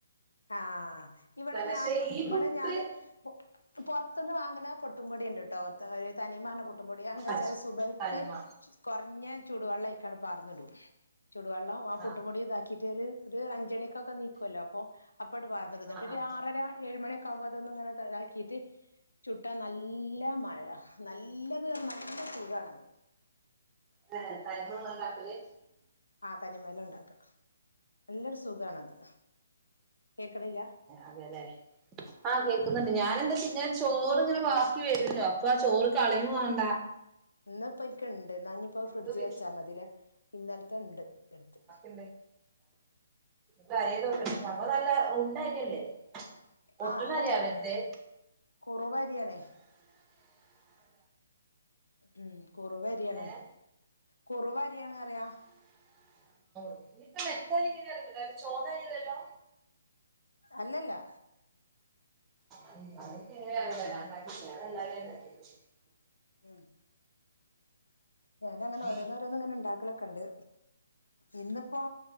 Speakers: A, on the left (about 85°); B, on the right (about 20°).
A: ആഹ് ഇവിടെ ഞാനും
B: പക്ഷെ ഈ
A: ഇവിടെ
B: പുട്ട്
A: ഞാന് പൊ പൊറത്ത്ന്ന് വാങ്ങുണ പൊട്ടും പൊടിണ്ട്ട്ടോ ത തനിമാർഞ്ഞ പു പുട്ടുംപൊടി അത് എന്തെചാല്
B: അജ്
A: സുബൈക്ക്
B: തനിമ
A: കുറഞ്ഞ ചൂടുവെള്ളം അയിക്കാണ്ട് പാർന്നിടും ചൂടുവെള്ളം ആ പുട്ടുപൊടിയൊക്കെ
B: ആഹ്
A: ആക്കീട്ടൊരു ഒരു അഞ്ചണിക്കൊക്കെ നീക്കുവല്ലോ അപ്പൊ അപ്പട് പാർ ന്നിടും എന്നിട്ടൊരു
B: ആഹ് ആഹ്
A: ആറര ഏഴുമണി ഒക്കെ ആവുമ്പോ അതൊന്നുങ്ങനെ താക്കീട്ട് ചുട്ടാ നല്ല മയ നല്ലത് നല്ല സുഖാണത്
B: അതെ തനിമെ ഇങ്ങള് ഇണ്ടാക്കല്?
A: ആഹ് തനിമേല ഇണ്ടാക്ക. നല്ലൊരു സുഖാണത് കേക്കണ്ല്ലാ.
B: അതേല്ലേ. ആഹ് കേക്കുന്നുണ്ട്. ഞാനന്താച്ച ചോറിങ്ങനെ ബാക്കി വരുല്ലോ അപ്പൊ ആ ചോറ് കളയും വേണ്ട
A: ഇന്ന്പ്പ എനിക്ക് ഇണ്ട് ന്നാനിപ്പോ
B: നമുക്ക്
A: ഫ്രിഡ്ജ്
B: വി
A: വെച്ചാമതിലേ. ഇന്നൽത്തെ ഇണ്ട്ന്റെടുത്ത്.
B: <unintelligible> ഈ തലേ ദിവസത്തെ സംഭവം നല്ല ഉണ്ടരിയല്ലേ? ഒട്ട്ണ
A: ആഹ് അതന്നെ
B: അരി ആവര്തെ
A: കുറുവരിയാണേ ഉം കുറവരിയാണ്.
B: ഏഹ്
A: കുറവരിയാണ് പറെയ.
B: ഇനിയിപ്പം മെത്താരിങ്ങനെ ഇണ്ടാവല്. ചോറായല്ലല്ലോ?
A: അല്ലല്ല.
B: അ അതൊക്കെങ്ങനാറിയ. ഞാന് ഇണ്ടകീറ്റ്ല്ലാല്ലോ. <unintelligible>
A: ഉം ഞാനങ്ങനെ
B: ആഹ്
A: ഓരോന്നോരോന്ന് ഇങ്ങനെ ഇണ്ടാക്കലൊക്കെണ്ട്. ഇന്നിപ്പോ